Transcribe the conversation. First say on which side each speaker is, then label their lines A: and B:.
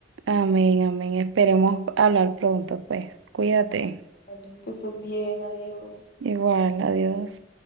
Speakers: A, on the right; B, on the left.
A: Amén, amén. Esperemos hablar pronto, pues. Cuídate.
B: Vale, que estás bien, adiós.
A: Igual, adiós.